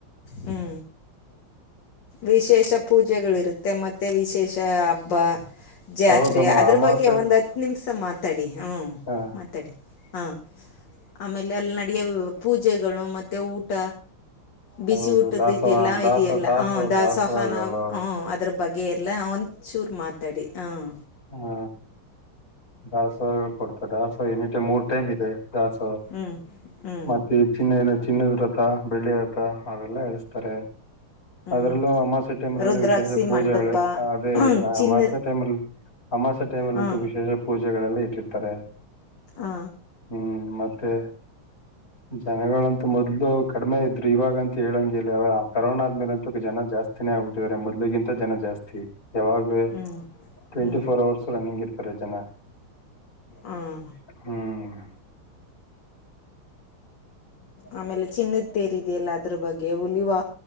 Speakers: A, on the left; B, on the left.
A: ಹ್ಞೂ ವಿಶೇಷ ಪೂಜೆಗಳಿರುತ್ತೆ ಮತ್ತೆ ವಿಶೇಷ ಹಬ್ಬ ಜಾತ್ರೆ
B: ಹೌದು ಮ-
A: ಅದ್ರ
B: ಅಮಾವಾಸ್ಯೆ
A: ಬಗ್ಗೆ ಒಂದು ಹತ್ ನಿಮಿಷ ಮಾತಾಡಿ ಹ್ಮ
B: ಹಾ
A: ಮಾತಾಡಿ ಹಾ ಆಮೇಲೆ ಅಲ್ಲಿ ನಡಿಯ ಪೂಜೆಗಳು ಮತ್ತೆ ಊಟ ಬಿಸಿ
B: ಹೌದು
A: ಊಟದ
B: ದಾಸವಾಳ
A: ಇದದೆಲ್ಲಾ
B: ದಾಸ
A: ಇದದೆ ಎಲ್ಲ
B: ದಾಸವಾಳ
A: ಹ್ಞ ದಾಸೋಹಾನ
B: ದಾಸವಾಳಗಳು
A: ಹ್ಞೂ ಅದರ ಬಗ್ಗೆ ಎಲ್ಲ ಒಂಚೂರು ಮಾತಾಡಿ ಹಾಂ
B: ಹ್ಮ ದಾಸ ಕೊಡ್ತ ದಾಸೋ ನಟ ಮೂರುಟೖಮ್ ಇದೆ ದಾಸ
A: ಹ್ಞೂ ಹ್ಞೂ
B: ಮತ್ತೆ ಚಿನ್ನ ಚಿನ್ನದ ರ್ರತ ಬೆಳ್ಳಿ ರ್ರಥ ಅವೆಲ್ಲಾ ಎಳಸ್ತಾರೆ ಅದರಲ್ಲೂ
A: ಹ್ಞೂ
B: ಅಮಾಸೆ ಟೈಮಲ್ಲಲ್ಲ
A: ರುದ್ರಾಕ್ಷಿ
B: ವಿಶೇಷ ಪೂಜೆಗಳು
A: ಮಂಟಪ
B: ಅದೇ
A: ಚಿನ್ನದ
B: ಹಮಾಸ ಟೈಮಲ್ಲಿ ಅಮಾಸ ಟೈಮಲ್ಲಿಂತೂ
A: ಹಾಂ
B: ವಿಶೇಷ ಪೂಜೆಗಳೆಲ್ಲ ಇಟ್ಟಿರ್ತಾರೆ
A: ಹ
B: ಹ್ಮ್ ಮತ್ತೆ ಜನಗಳಂತ ಮೊದ್ಲು ಕಡಿಮೆ ಇದ್ರು ಇವಾಗಂತ ಹೇಳಂಗೆ ಇಲ್ಲ ಅವ ಕರೋನಾದ್ಮೇಲೆ ಅಂತ ಜನ ಜಾಸ್ತಿನೇ ಆಗ್ಬಿಟ್ಟಿದಿದ್ದಾರೆ ಮೊದಲುಗಿಂತ ಜನ ಜಾಸ್ತಿ ಯಾವಾಗಲೇ
A: ಹ್ಞೂ
B: ಟ್ವೆಂಟಿ
A: ಹ್ಞೂ
B: ಫೋರ್ ಅವರ್ಸ್ ರನ್ನಿಂಗ್ ಇರ್ತಾರೆ ಜನ
A: ಹಾಂ
B: ಹ್ಮ್
A: ಆಮೇಲೆ ಚಿನ್ನದ ತೇರಿದೆಯಲ್ಲ ಅದ್ರ ಬಗ್ಗೆ ಹುಲಿವಾ